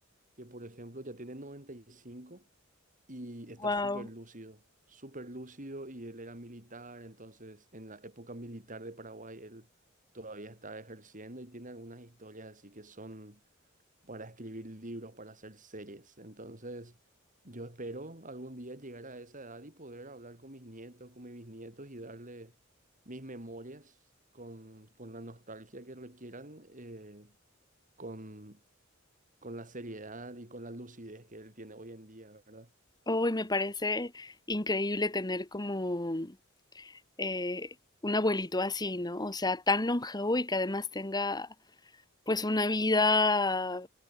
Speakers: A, on the right (about 40°); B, on the left (about 20°).
A: que por ejemplo ya tiene 95 y está
B: Wow.
A: súper lúcido, súper lúcido y él era militar, entonces en la época militar de Paraguay él todavía estaba ejerciendo y tiene algunas historias así que son para escribir libros, para hacer series. Entonces yo espero algún día llegar a esa edad y poder hablar con mis nietos, con mis bisnietos y darle mis memorias. Con, con la nostalgia que requieran, eh, con, con la seriedad y con la lucidez que él tiene hoy en día, ¿verdad?
B: Hoy me parece increíble tener como eh, un abuelito así, ¿no? O sea, tan longevo y que además tenga pues una vida